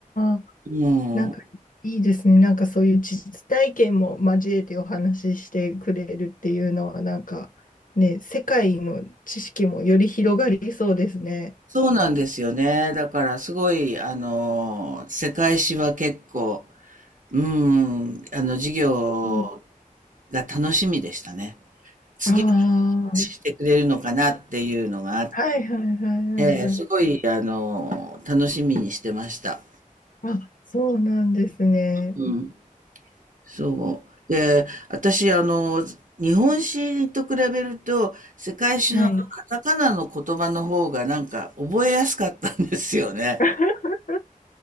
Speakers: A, on the left (about 70°); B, on the right (about 65°).
A: あ、
B: ない。うん、
A: なんかいいですね。なんかそういう実体験も交えてお話ししてくれるっていうのは、なんかね、世界の知識もより広がりそうですね。
B: そうなんですよね。だからすごいあの世界史は結構うーん、あの、授業
A: うん。
B: が楽しみでしたね。次、
A: ああ、
B: してくれるのかなっていうのがあっ
A: はいはいはいはいはい。
B: て、すごい、あの、楽しみにしてました。
A: あ、そうなんですね。
B: うん。そう。で、私、あの、日本史と比べると、世界史のあのカタカナの言葉の方がなんか覚えやすかったんですよね。
A: はい。<laughs>